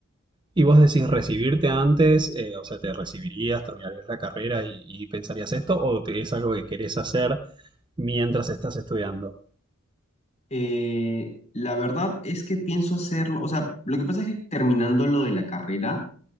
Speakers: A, on the right; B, on the left.
A: ¿Y vos decís recibirte antes? Eh, o sea, ¿te recibirías, terminarías la carrera y, y pensarías esto? ¿O te- es algo que querés hacer mientras estás estudiando?
B: Eh, la verdad es que pienso hacerlo, o sea, lo que pasa es que terminando lo de la carrera,